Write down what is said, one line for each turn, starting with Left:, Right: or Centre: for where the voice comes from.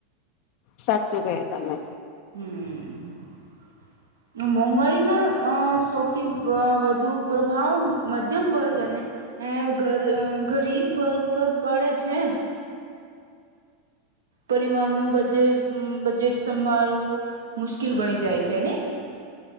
Left: સાચું કહે તમે
Right: હમ્મ મોંઘવારીના અ સૌથી અ વધુ પ્રભાવ મધ્યમ વર્ગને એઅ ગ ગરીબ વર્ગ પર પડે છે પરિવારનું બજેટ બજેટ સંભાળવું મુશ્કેલ બની જાય છે ને <inaudible>